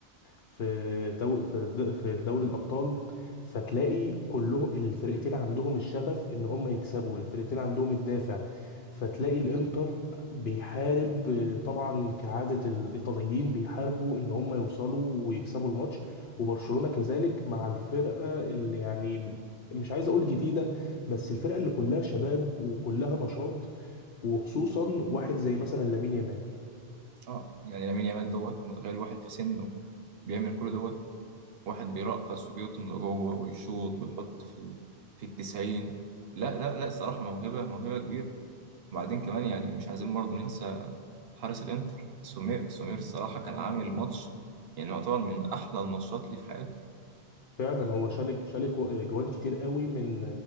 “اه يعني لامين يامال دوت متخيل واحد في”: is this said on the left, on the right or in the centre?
Right